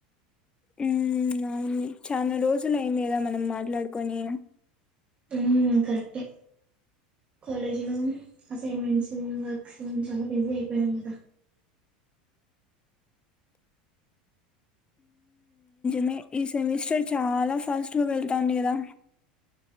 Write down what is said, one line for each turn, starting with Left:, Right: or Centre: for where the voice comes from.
Left: హ్మ్ అవును చాలా రోజులు అయింది కదా మనం మాట్లాడుకొని
Right: హ్మ్ కరెక్టే కాలేజ్ లో అసైన్మెంట్స్ వర్క్స్ చాలా బిజీ అయిపోయినాం కదా
Left: మె ఈ సెమిస్టర్ చాలా ఫాస్ట్ గా వెళ్తాంది కదా